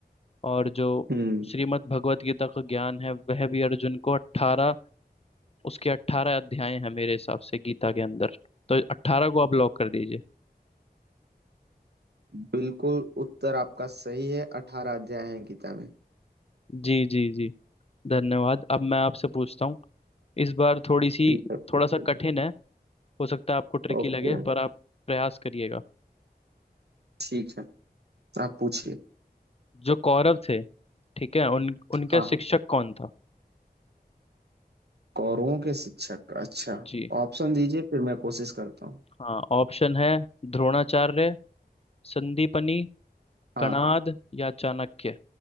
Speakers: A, on the left; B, on the right.
A: और जो
B: हम्म
A: श्रीमद् भगवत गीता का ज्ञान है वह भी अर्जुन को अट्ठारह उसके अट्ठारह अध्याय हैं मेरे हिसाब से गीता के अंदर तो अट्ठारह को आप लॉक कर दीजिए
B: बिल्कुल उत्तर आपका सही है अठारह अध्याय है गीता में
A: जी जी जी धन्यवाद अब मैं आपसे पूछता हूँ इस बार थोड़ी सी
B: ठीक है पूछिए।
A: थोड़ा सा कठिन है हो सकता है आपको ट्रिकी
B: ओके
A: लगे पर आप प्रयास करिएगा
B: ठीक है आप पूछिए
A: जो कौरव थे ठीक है उन उनका
B: हाँ हाँ।
A: शिक्षक कौन था
B: कौरवों के शिक्षक अच्छा
A: जी
B: ऑप्शन दीजिए फिर मैं कोशिश करता हूँ
A: हाँ ऑप्शन है द्रोणाचार्य संदीपनी
B: हाँ
A: कणाद या चाणक्य